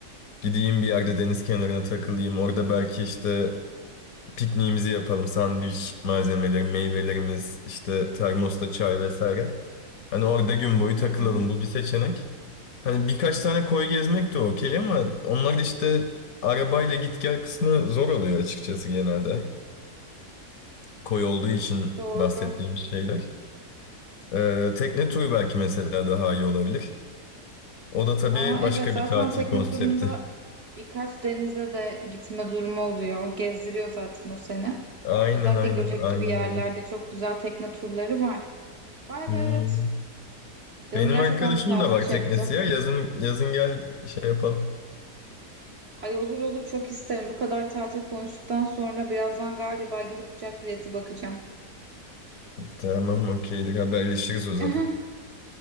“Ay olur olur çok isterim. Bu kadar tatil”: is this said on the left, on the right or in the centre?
Right